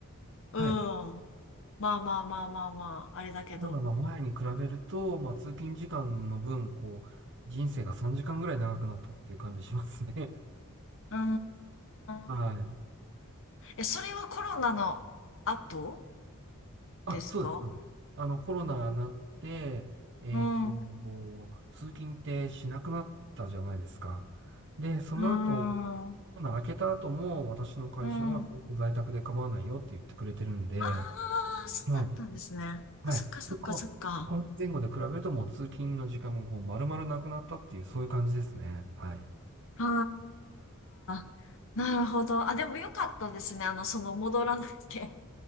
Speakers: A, on the left; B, on the right.
A: うん。
B: はい。
A: まあまあまあまあまあ、あれだけど。
B: コロナの前に比べると、まあ、通勤時間の分、こう、人生が3時間ぐらい長くなったっていう感じしますね。
A: うー
B: <laughs> はい。
A: ん。え、それはコロナの後
B: あ、
A: ですか
B: そうです、そうです。あの、コロナになって、えーっと、
A: うん。う
B: 通勤ってしなくなったじゃないですか。で、その後、
A: ーん。
B: コロナ明けた後も、私の会社はずっと在宅で構わないよって言ってくれてるんで、
A: うん。ああ、そうだったんですね。
B: はい。はい。
A: そっかそっかそっか。
B: で、ここの前後で比べるともう通勤の時間がこう丸々なくなったっていう、そういう感じですね。はい。
A: ああ、なるほど。あ、でもよかったですね。あの、その戻らなくて。